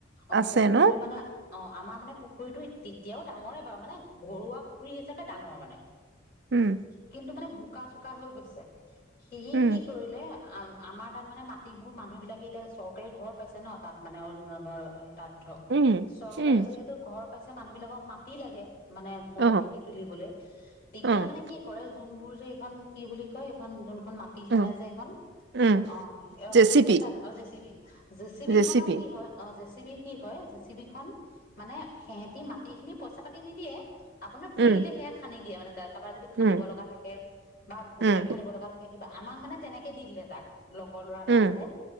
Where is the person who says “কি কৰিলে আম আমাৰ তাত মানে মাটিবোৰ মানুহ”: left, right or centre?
Left